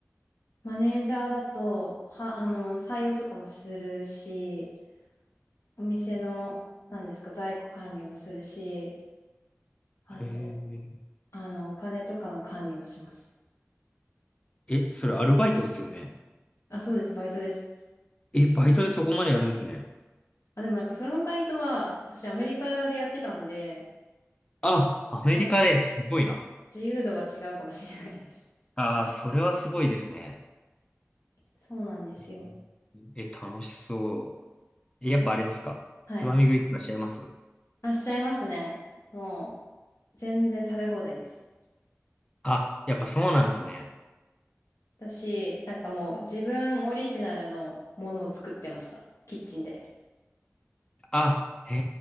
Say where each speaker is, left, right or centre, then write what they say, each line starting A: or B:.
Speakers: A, on the left (about 70°); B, on the left (about 20°).
A: マネージャーだと、は、あの、採用とかもするし、お店の、
B: うん
A: なんですか、在庫管理もするし、あと、
B: えー、
A: あの、お金とかの管理もします。
B: え、それアルバイトですよね。
A: あ、そうです、バイトです。
B: え、バイトでそこまでやるんですね。
A: あ、でもなんかそのバイトは、私アメリカでやってたんで、
B: あ、アメリカですごいな。
A: 多分、自由度は違うかもしれないです。
B: ああ、それはすごいですね。
A: そうなんですよ。
B: え、え楽しそう。え、やっぱあれですかつまみ食いってらっしゃいます
A: いや、はい。あ、しちゃいますね。もう、全然食べ放題です。
B: あ、やっぱそうなんですね。
A: 私、なんかもう、自分オリジナルのものを作ってました。キッチンで。
B: あ、へ